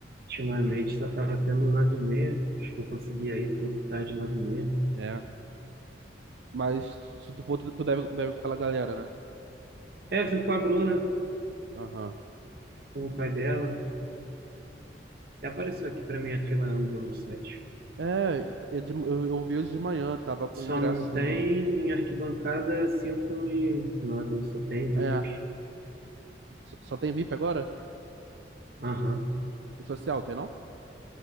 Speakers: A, on the right; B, on the right.
A: Ultimamente só tava tendo nove e meia. Acho que eu consegui aí tudo tarde, nove e meia.
B: É. Mas se tu for, tu, tu deve, deve com aquela galera, né?
A: É, eu sempre com a Bruna,
B: Aham.
A: com o pai dela. Até apareceu aqui pra mim a fila andou no site.
B: É, eu, de- eu, eu vi hoje de manhã, tava com
A: Só
B: o ingresso.
A: não tem arquibancada 5 e 9, só tem VIP.
B: É, só só tem VIP agora?
A: Aham.
B: E social, tem não?